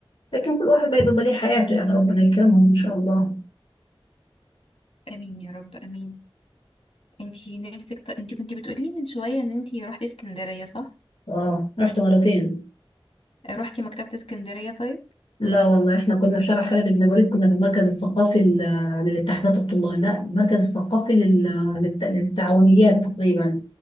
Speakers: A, on the left; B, on the left.
A: لكن كل واحد بقى بيبقى ليه حياته يعني ربنا يكرمهم ان شاء الله
B: امين يا رب امين انتي نفسك ط... انتي كنتي بتقولي لي من شويه ان انتي رحتي اسكندريه صح
A: اه رحت مرتين
B: روحتي مكتبه اسكندريه طيب
A: لا والله احنا كنا في شارع خالد بن الوليد كنا في المركز الثقافي لل- للاتحادات الطلاب لا المركز الثقافي لل- للت- للتعاونيات تقريبا